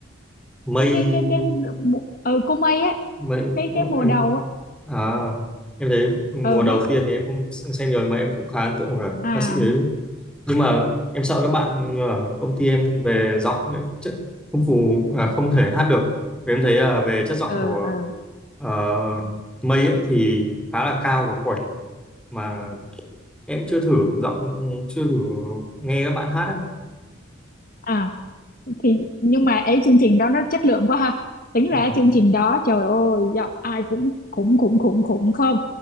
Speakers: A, in the centre; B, on the left (about 45°).
A: mây
B: cái cái cái cái mù- ừ cô May á
A: mây
B: cái cái mùa
A: em
B: đầu á
A: à em thấy mùa
B: ừ
A: đầu
B: mấy
A: tiên thì em không xem rồi mà em cũng khá ấn tượng với cả
B: à
A: ca sĩ đấy nhưng mà em sợ các bạn ở công ty em về giọng ấy, chất không phù à, không thể hát được vì em thấy là về chất giọng
B: ờ
A: của
B: ờ
A: ờ, mây ấy, thì khá là cao và khỏe mà em chưa thử giọng chưa thử nghe các bạn hát
B: à thì nhưng mà ấy chương trình đó nó chất lượng quá ha tính ra
A: ấy.
B: chương trình đó trời ơi giọng ai cũng khủng khủng khủng khủng không